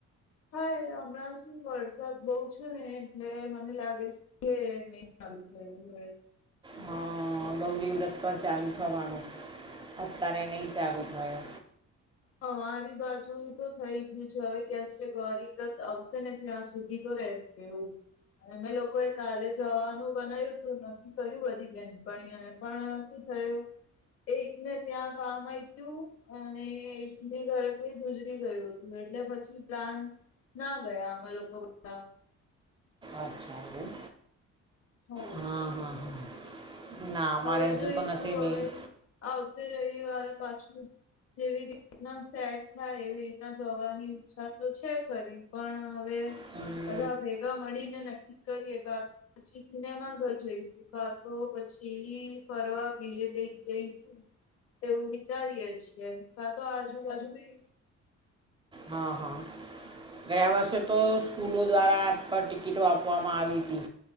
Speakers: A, on the left; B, on the right.
A: હા એ હમણાં શું વરસાદ બહુ છે ને એટલે મને લાગે એ નહી ચાલુ થયું હવે.
B: હ.. ગૌરી વ્રત પર ચાલુ થવાનું, અત્યારે નઈ ચાલુ થયો.
A: અમારી બાજુ તો થઈ ગયું છે હવે કે છે ગૌરી વ્રત આવશે ને ત્યાં સુધી તો રહશે. એવું અમે લોકો એ કાલે જવાનું બનાયુતું ન કર્યું બધી બેનપણીઓએ, પણ શું થયું એકને ત્યાં કામ આઈ ગયું અને એક ની ઘરે કોઈ ગુજરી ગયું હતું એટલે પછી પ્લાન ના ગયા અમે લોકો બધા.
B: અચ્છા એમ.
A: હવ.
B: હા હા હા ના અમારે
A: હવે
B: હજુ
A: જોઈશું
B: તો નથી નહીં
A: હવે આવતી રવીવારે પાછું જેવી રીતના સેટ થાય એવી રીતના જવાની ઈચ્છા તો છે ખરી પણ હવે
B: <inaudible>
A: બધા ભેગા મળીને નક્કી કરીએ કા પછી સિનેમા ઘર જઈશું કા તો પછી દિલ્હી ફરવા બીજે કઈ જઈશુ. એવું વિચારીએે છીએ. કા, તો આજુબાજુ બી
B: અ હ.. ગયા વર્ષે તો સ્કૂલો દ્વારા ટિકિટો આપવામાં આવી હતી.